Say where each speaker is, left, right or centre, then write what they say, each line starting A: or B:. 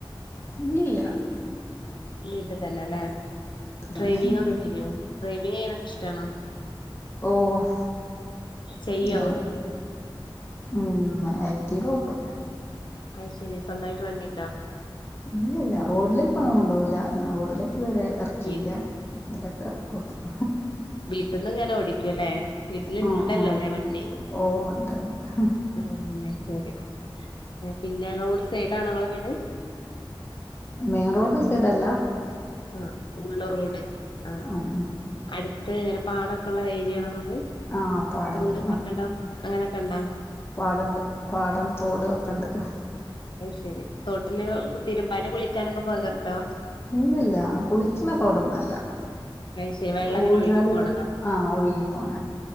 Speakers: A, on the left; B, on the left.
A: ഇല്ലില്ല
B: വീട്ടിൽ തന്നെ അല്ലെ
A: തന്നെ
B: ഡ്രൈവിംഗ് ഒക്കെ ചെയ്യോ ഡ്രൈവിംഗ് ചെയ്യാനൊക്കെ ഇഷ്ടാണോ
A: ഓഹ്
B: ചെയ്യോ
A: അത് ഉം ആക്‌ടീവോട്ടും
B: അത് ശരി സ്വന്തായിട്ട് വണ്ടി ഇണ്ടോ?
A: ഇല്ലില്ലാ റോഡിലേക്ക് ഒന്നും കൊണ്ടോവില്ല റോഡിലേക്ക് ഇത് വരെ എറക്കിയില്ല
B: വീ
A: ഇവിടേക്ക ഓട്ടും.
B: വീട്ടിന്നിങ്ങനെ ഓടിക്കൂല്ലേ വീട്ടില് ഇണ്ടല്ലോ
A: ആഹ് ആഹ്
B: അല്ലെ വണ്ടി?
A: ഓഹ് ഉണ്ട്ണ്ട്
B: ആഹ് അത് ശരി. പിന്നെ റോഡ് സൈഡാണോ നിങ്ങള് വീട്
A: മെയിൻറോഡ് സൈഡ് അല്ലാ.
B: ആഹ് ഉള്ള്റോഡ് ആഹ്
A: ഉം ഉം
B: അടു അങ്ങനെ പാടൊക്കെ ഉള്ള ഏരിയാണത്.
A: ആഹ് പാടണ്ട്
B: ഏതു പാടം അങ്ങനെയൊക്കെ ഉണ്ടാ?
A: പാടെണ്ട് പാടം തോട് ഒക്കെ എണ്ട്.
B: അത് ശെരി തോട്ടില് തിരുമ്പാന് കുളിക്കാനൊക്കെ പോകാറുണ്ടോ?
A: ഇല്ലില്ല കുളിച്ചണത്തോടൊന്നുമല്ല.
B: അയ് ശരി വെള്ളം
A: ഊജല്
B: ഇങ്ങനെ ഒഴുകി പോണതാ
A: ആഹ് ഒഴുകി പോണ